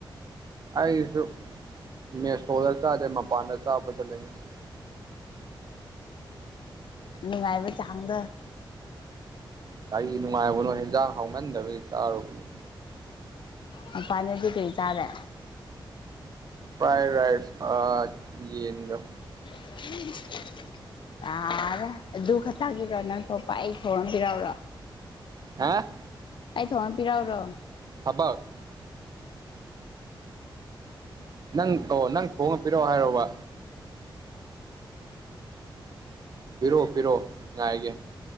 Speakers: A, on the right; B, on the left.
A: ꯑꯩꯁꯨ ꯃꯦꯁꯣꯔꯗ ꯆꯥꯗꯦ ꯃꯄꯥꯟꯗ ꯆꯥꯕꯁꯨ ꯂꯩꯅꯁꯤꯦ
B: ꯅꯨꯡꯉꯥꯏꯕ ꯆꯥꯡꯗ
A: ꯀꯒꯥꯔꯤ ꯅꯨꯡꯉꯥꯏꯕꯅꯣ ꯍꯦꯟꯖꯥꯡ ꯍ ꯍꯧꯅꯟꯗꯕꯒꯤ ꯆꯥꯔꯨꯕꯅꯦ
B: ꯃꯄꯥꯥꯟꯅꯦꯗꯤ ꯀꯔꯤ ꯆꯥꯔꯦ
A: ꯐ꯭ꯔꯥꯏ ꯔꯥꯏꯁ ꯌꯦꯟꯒ
B: ꯎꯝ ꯇꯥꯔꯦ ꯑꯗꯨ ꯈꯛꯇꯒꯤꯔꯣ ꯅꯪ ꯊꯣꯛꯣꯄ ꯑꯩ ꯊꯣꯡꯝꯕꯤꯔꯛꯎꯔꯣ
A: ꯍꯥ
B: ꯑꯩ ꯊꯣꯡꯉ ꯄꯤꯔꯛꯎꯔꯣ
A: ꯑꯕꯥꯛ ꯅꯪ ꯑꯣ ꯅꯪ ꯊꯣꯡꯉꯄꯤꯔꯛꯑꯣ ꯍꯥꯏꯔꯣꯕ ꯄꯤꯔꯛꯑꯣ ꯄꯤꯔꯛꯑꯣ ꯉꯥꯏꯒꯦ